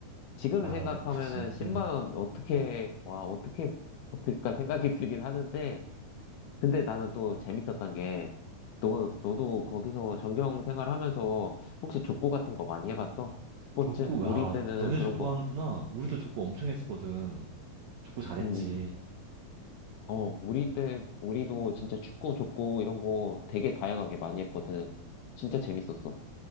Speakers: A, on the left; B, on the right.
A: 지금
B: 아,
A: 생각하면은
B: 그치.
A: 10만
B: 음.
A: 원 어떻게 와 어떻게 버틸까 생각이 <laughs> 들긴 하는데 근데 나는 또 재밌었던 게 너, 너도 거기서 전경 생활하면서 혹시 족구 같은 거 많이 해봤어? 스포츠?
B: 족구, 와,
A: 우리 때는
B: 너네
A: 그런
B: 족구
A: 거
B: 하는구나. 우리도 족구 엄청 했었거든. 족구 잘했지.
A: 음, 음. 어, 우리 때, 우리도 진짜 축구, 족구 이런 거 되게 다양하게 많이 했거든. 진짜 재밌었어.